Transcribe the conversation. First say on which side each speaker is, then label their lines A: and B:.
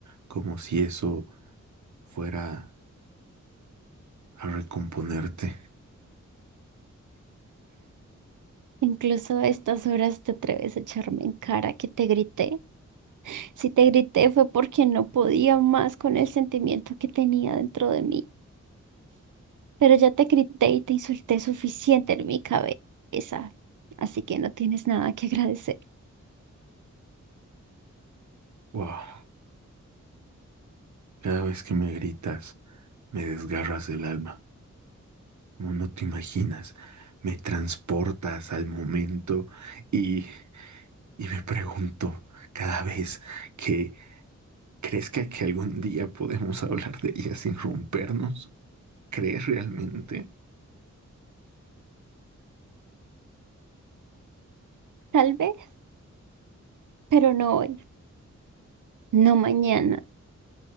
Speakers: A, on the right; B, on the right.
A: como si eso fuera a recomponerte.
B: Incluso a estas horas te atreves a echarme en cara que te grité. Si te grité fue porque no podía más con el sentimiento que tenía dentro de mí, pero ya te grité y te insulté suficiente en mi cabeza, así que no tienes nada que agradecer.
A: Wow, cada vez que me gritas, me desgarras del alma. Como no te imaginas, me transportas al momento y, y me pregunto cada vez que ¿Crees que, que algún día podemos hablar de ella sin rompernos? ¿Crees realmente?
B: Tal vez, pero no hoy, no mañana,